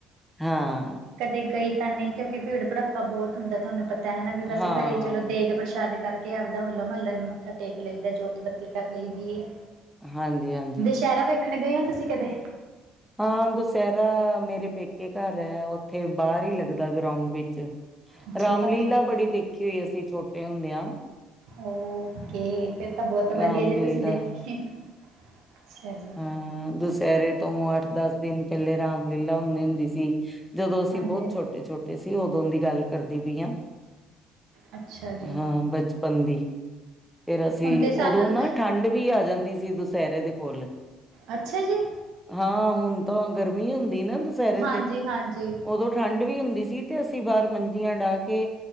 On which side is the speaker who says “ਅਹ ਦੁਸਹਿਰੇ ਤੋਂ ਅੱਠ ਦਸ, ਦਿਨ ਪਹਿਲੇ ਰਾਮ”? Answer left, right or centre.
Centre